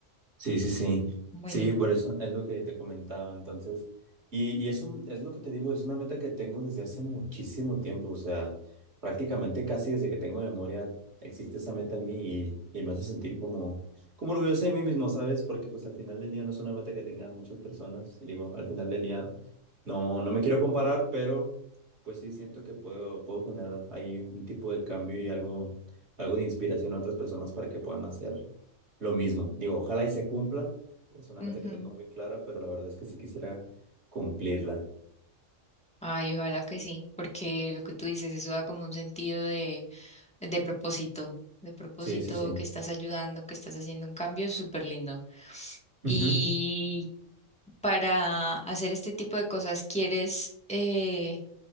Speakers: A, on the right; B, in the centre.
A: Sí, sí, sí.
B: muy
A: Sí,
B: lindo.
A: por eso es lo que te comentaba. Entonces, y, y eso es lo que te digo, es una meta que tengo desde hace muchísimo tiempo. O sea, prácticamente casi desde que tengo memoria existe esa meta en mí y, y me hace sentir como, como orgulloso de mí mismo, ¿sabes? Porque pues al final del día no es una meta que tengan muchas personas. Y digo, al final del día no, no me quiero comparar, pero pues sí siento que puedo, puedo generar ahí un tipo de cambio y algo, algo de inspiración a otras personas para que puedan hacer. Lo mismo, digo, ojalá y se cumpla. Es una
B: Ujú.
A: meta que tengo muy clara, pero la verdad es que sí quisiera cumplirla.
B: Ay, ojalá que sí, porque lo que tú dices, eso da como un sentido de, de propósito, de propósito
A: Sí, sí, sí.
B: que estás ayudando, que estás haciendo un cambio súper lindo. Y
A: Ujú.
B: para hacer este tipo de cosas, ¿quieres... eh,